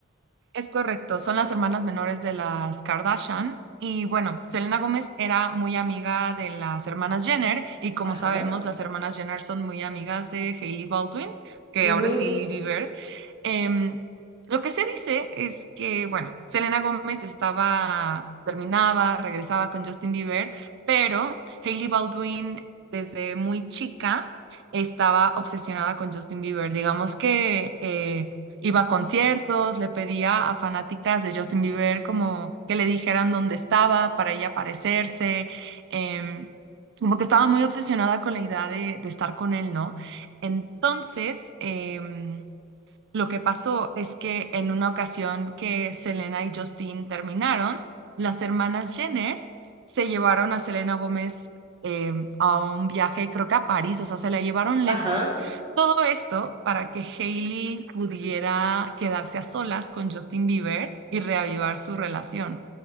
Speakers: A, on the right; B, on the right.
A: Es correcto, son las hermanas menores de las Kardashian. Y bueno, Selena Gómez era muy amiga de las hermanas Jenner y como
B: Ajá.
A: sabemos, las hermanas Jenner son muy amigas de Hailey Baldwin, que
B: ujú,
A: ahora es Hailey Bieber. Em, lo que se dice es que, bueno, Selena Gómez estaba, terminaba, regresaba con Justin Bieber, pero Hailey Baldwin desde muy chica estaba obsesionada con Justin Bieber. Digamos que eh, iba a conciertos, le pedía a fanáticas de Justin Bieber como que le dijeran dónde estaba para ella aparecerse. em, como que estaba muy obsesionada con la idea de, de estar con él, ¿no? Entonces, em, lo que pasó es que en una ocasión que Selena y Justin terminaron, las hermanas Jenner se llevaron a Selena Gómez eh, a un viaje, creo que a París, o sea, se la llevaron lejos.
B: Ajá.
A: Todo esto para que Hailey pudiera quedarse a solas con Justin Bieber y reavivar su relación.